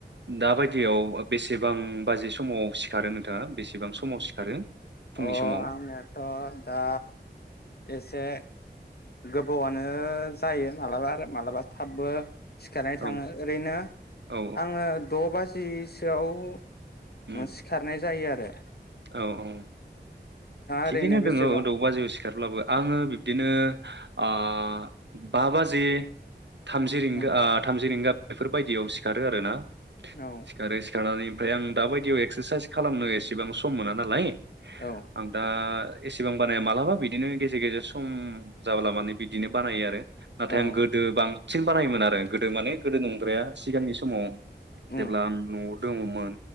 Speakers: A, on the right (about 85°); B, on the left (about 65°).
A: दााबायदियाव बेसेबां बाजि समाव सिखारो नोंथाङा बेसेबां समाव सिखारो? फुंनि
B: अ
A: समाव
B: आंनिथ‌ दा एसे गोबावानो ओ जायो मालाबा मा थाबबो सिखारनाय थाङो
A: औ
B: ओरैनो
A: औ
B: आ द बा जिसोआव
A: उम
B: सिखारनाय जायो आजा दे
A: औ औ थिगैनो
B: ओरैनो बेसेबां
A: दङ द बाजे सिखारब्लाबो आङो बिबदिनो ओ बा बाजि थामजि रिंगा
B: उम
A: ओ थामजि रिंगा बेफोरबायदियाव सिखारो आरो ना
B: औ
A: सिखारो सिखारनानै ओमफ्राय आं दाबायदियाव एक्सारसाइस खालामनो एसेबां सम मोना नालाय
B: औ
A: आं दा एसेबां बानाया मालाबा बिदिनो गेजेर गेजेर सम जाब्ला माने बिदिनो बानायो आरो। नाथाय
B: औ
A: आं गोदो बां सिन बानायोमोन आरो गोदो माने गोदो नंद्राया सिगांनि समाव
B: उम
A: जेब्ला आं नआव दङमोन